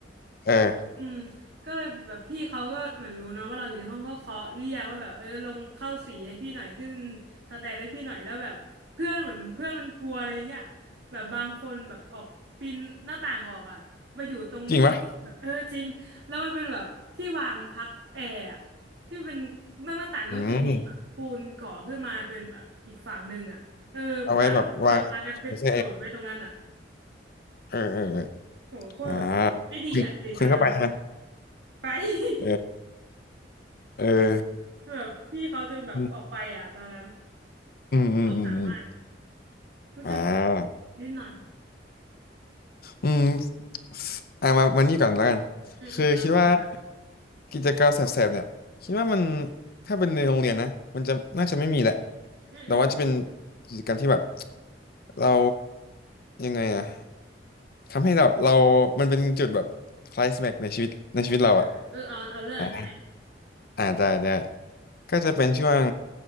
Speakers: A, on the left (about 55°); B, on the right (about 65°).
A: เออ
B: อืมก็เลยแบบพี่เขาก็เหมือนรู้เนาะว่าเราอยู่ในห้องก็เคาะเรียกว่าแบบเออลงเข้าสีให้พี่หน่อยขึ้นสแตนให้พี่หน่อยแล้วแบบเพื่อนเหมือนเพื่อนมันกลัวอะไรเงี้ยแบบบางคนแบบออกปีนหน้าต่างออกอ่ะมาอยู่ตรงที่มันเออจริงแล้วมันเป็นแบบที่วางพักแอร์อะ
A: จริงปะ
B: ที่มันเป็นนอกหน้าต่างแล้วมันจะมีแบบปูนก่อขึ้นมาเป็นแบบอีกฝั่งหนึ่งอ่ะเออต่างคนก็แบบพากันไปโดดไปตรงนั้นอ่ะ
A: อืมเอาไว้แบบวางโอเคเออเออเออ
B: โหโคตรแบบไม่ดีอ่ะเด็กตอนนั้นอ่ะ
A: อ่าคุณคุณเข้าไปใช่ไหม
B: ไป
A: เออเออ
B: แบบพี่เขาจนแบบออกไปอ่ะตอนนั้น
A: อืมอืมอืมอืมอม
B: สงสารมากรู้สึกผิด
A: อ่า
B: นิดหน่อย
A: อืมอ่ะมามานี่ก่อนแล้วกัน
B: อืมอืมเอาของคุณมาก
A: คือคิดว่ากิจกรรมแสบๆเนี่ยคิดว่ามันถ้าเป็นในโรงเรียนนะมันจะน่าจะไม่มีแหละ
B: อืมอืม
A: แต่ว่าจะเป็นกิจกรรมที่แบบเรายังไงอะทำให้แบบเรามันเป็นจุดแบบคลายแม็กในชีวิตในชีวิตเราอะ
B: อ่าเออเอาเอาเรื่องนั้นก็ได้
A: อ่าอ่าได้ได้ก็จะเป็นช่วง